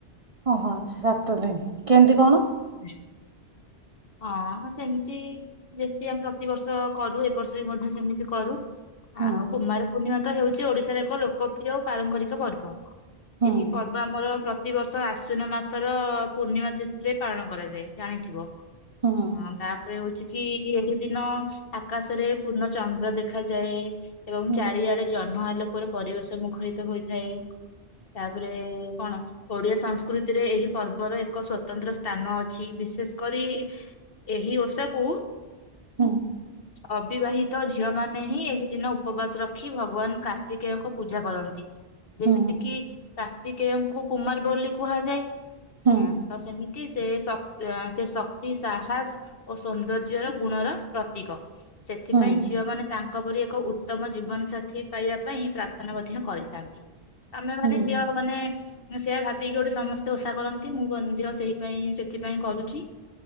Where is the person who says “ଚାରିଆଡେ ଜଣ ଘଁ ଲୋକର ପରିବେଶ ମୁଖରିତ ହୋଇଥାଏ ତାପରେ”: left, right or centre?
Left